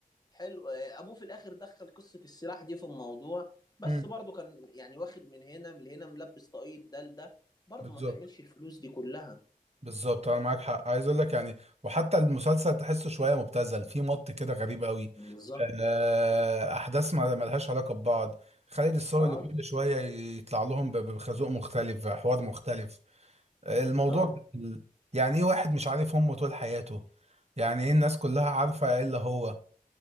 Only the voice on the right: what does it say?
امم
بالظبط
بالظبط انا معاك حق عايز اقول لك يعني وحتى المسلسل تحسه شويه مبتذل فيه مط كده غريب قوي
آه، احداث ما ما لهاش علاقه ببعض خالد الصاوي
اللي كل شويه يطلع لهم ب- بخازوق مختلف حوار مختلف آه، الموضوع
ال- يعني ايه واحد مش عارف امه طول حياته يعني ايه الناس كلها عارفه الا هو